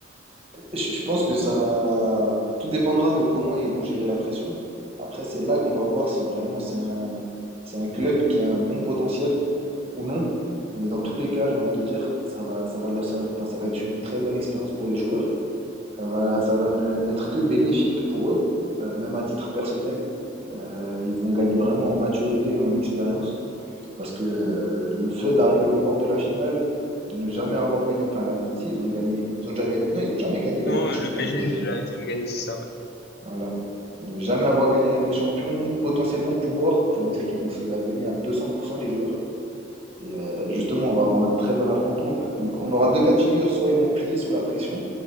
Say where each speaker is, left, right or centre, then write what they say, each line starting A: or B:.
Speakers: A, on the right; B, on the left.
A: je je pense que ça... Tout dépendra de comment ils vont gérer la pression. Après, c'est là qu'on va voir si vraiment c'est un, c'est un club qui a un bon potentiel ou non. Mais dans tous les cas, j'ai envie de te dire, ça va, ça va leur servir, enfin, ça va être une très bonne expérience pour les joueurs. Ça va, ça va ne- n'être que bénéfique pour eux, euh, même à titre personnel. Euh, ils vont gagner vraiment en maturité en expérience. Parce que euh, le fait d'arriver aux portes de la finale, de ne jamais avoir gagné. Enfin, la- si, ils ont gagné. Ils ont déjà gagné. Non, ils ont jamais gagné la
B: Non,
A: Ligue des Champions,
B: le PSG
A: le PSG.
B: ne
A: hein.
B: l'a jamais gagné, c'est ça.
A: Voilà. Ne jamais avoir gagné la Ligue des Champions, potentiellement pouvoir, ça veut dire qu'ils vont se la donner à 200% les joueurs. Et euh, justement, on va avoir un très bon affrontement. Donc, on aura deux cas de figure. Soit ils vont plier sous la pression,